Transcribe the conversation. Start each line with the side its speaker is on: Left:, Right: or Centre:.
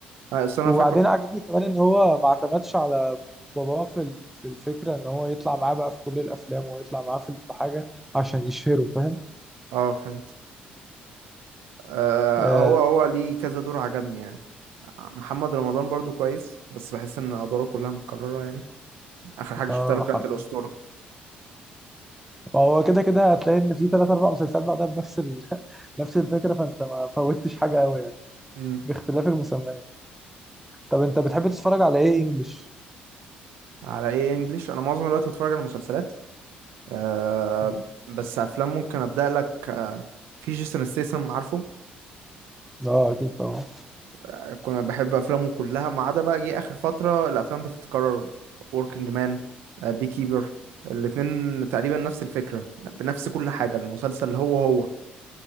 Right: آه، أصل أنا
Centre: وبعدين
Right: فاكره
Centre: عجبني كمان ان هو ما اعتمدش على باباه في ال- في الفكره ان هو يطلع معاه بقى في كل الافلام ويطلع معاه في حاجه عشان يشهره فاهم
Right: آه فهمت آه،
Centre: اه,
Right: هو هو ليه كذا دور عجبني يعني محمد رمضان برضو كويس بس بحس ان ادواره كلها متكرره يعني اخر حاجه شفتها
Centre: آه
Right: له كانت
Centre: حرفيا
Right: الاسطوره
Centre: ما هو كده كده هتلاقي ان في ثلاث اربع مسلسلات بعدها بنفس ال... <laughs> نفس الفكره فانت ما فوتش حاجه قوي يعني
Right: امم
Centre: باختلاف المسميات طب انت بتحب تتفرج على ايه انجلش
Right: على ايه انجليش انا معظم الوقت بتفرج على مسلسلات أه
Centre: اه
Right: بس افلام ممكن ابدا لك أه في جيسون ستيسن عارفه
Centre: آه، اكيد طبعا
Right: أه كنا بحب افلامه كلها ما عدا بقى جه اخر فتره الافلام بتتكرر وركينج مان أه بي كيبر الاتنين تقريبا نفس الفكره بنفس كل حاجه المسلسل هو هو